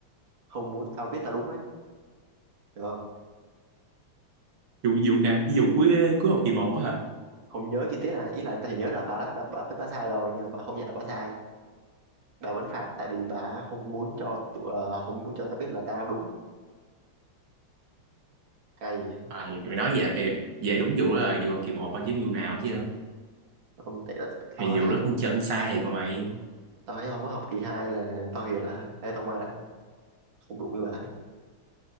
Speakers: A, on the right; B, on the right.
A: không muốn tao biết tao đúng á được không
B: vụ vụ nào ví dụ cuối cuối học kỳ một á hả
A: không nhớ chi tiết này ý là tao chỉ nhớ là bà, bà bà biết bà sai rồi nhưng mà bà không nhận là bà sai bà vẫn phạt tại vì bà không muốn cho tụi, ờ, không muốn cho tao biết là tao đang đúng cay
B: à, mày nói về thì về đúng vụ đó là vụ học kỳ một thôi chứ vụ nào chứ
A: không tại là tao
B: thì
A: thấy
B: vụ
A: học
B: rất con chân sai thiệt mà mày
A: tao thấy mới học kỳ 2 là tao hiền lại đây tao mà là không đụng với bà nữa